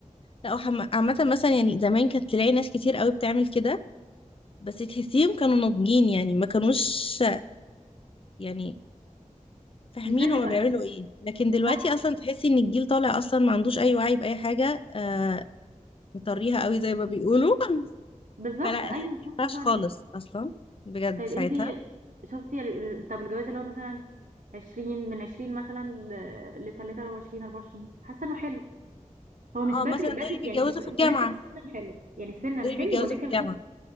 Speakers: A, on the left (about 45°); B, on the right (about 75°).
A: لا وحم- عامة مثلا يعني زمان كانت تلاقي ناس كتير قوي بتعمل كده بس تحسيهم كانوا ناضجين يعني ما كانوش يعني فاهمين
B: مش زي دلوقتي
A: هما بيعملوا ايه لكن دلوقتي
B: صح
A: اصلا تحسي ان الجيل طالع اصلا ما عندوش اي وعي بأي حاجة آه مطريها قوي زي ما بيقولوا <laughs>
B: بالظبط
A: فلا هي
B: ايوه
A: ما
B: صح
A: ينفعش
B: برافو عليك
A: خالص اصلا بجد
B: طيب
A: ساعتها
B: انت شفتي ال- ال- طب الجواز اللي هو مثلا عشرين من عشرين مثلا لتلاتة وعشرين أربعة وعشرين حاسة انه حلو هو مش
A: اه
B: بدري
A: مثلا
B: بدري
A: دول اللي بيتجوزوا
B: يعني س-
A: في
B: مناسب
A: الجامعة
B: سنا حلو يعني سنا
A: دول
B: حلو
A: اللي بيتجوزوا
B: ولكن
A: في الجامعة
B: ممكن